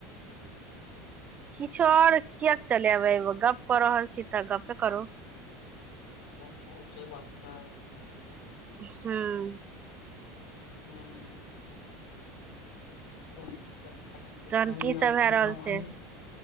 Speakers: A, on the right; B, on the left.
A: किछो आओर किएक चलेबै गप कऽ रहल छी तऽ गपे करू
B: ओ हो से बात छै
A: हूं
B: हूँ <unintelligible>
A: तहन
B: त मैनलिय
A: की सब
B: एखन‌
A: भए रहल
B: त
A: छै
B: अंही